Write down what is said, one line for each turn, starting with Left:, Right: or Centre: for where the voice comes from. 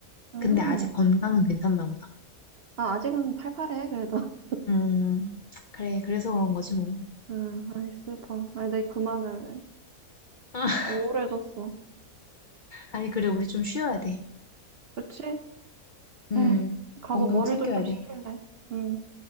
Right: 음.
Left: 근데 아직 건강은 괜찮나 보다.
Right: 아 아직은 팔팔해 그래도. <laughs>
Left: 음, 그래, 그래서 그런 거지, 뭐.
Right: 아, 아이 슬퍼. 아이 내 그만할래.
Left: <laughs>
Right: 우울해졌어.
Left: 아니, 그래, 우리 좀 쉬어야 돼.
Right: 그치?
Left: 음,
Right: 에이, 가서
Left: 건강
Right: 머리도
Left: 챙겨야
Right: 좀
Left: 돼.
Right: 식힐래. 응.